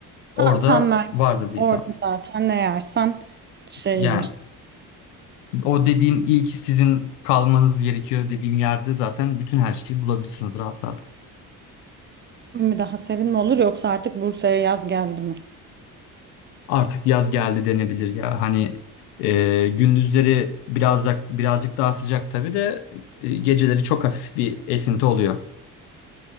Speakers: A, on the right; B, on the left.
A: Ha,
B: Orada
A: tam ben
B: vardır diye
A: orada
B: tahmin.
A: zaten ne yersen şeydir.
B: Yani o dediğim ilk sizin kalmanız gerekiyor dediğim yerde zaten bütün her şeyi bulabilirsiniz rahat rahat.
A: mi daha serin mi olur yoksa artık Bursa'ya yaz geldi mi?
B: Artık yaz geldi denebilir ya. Hani e, gündüzleri birazcık birazcık daha sıcak tabii de e, geceleri çok hafif bir esinti oluyor.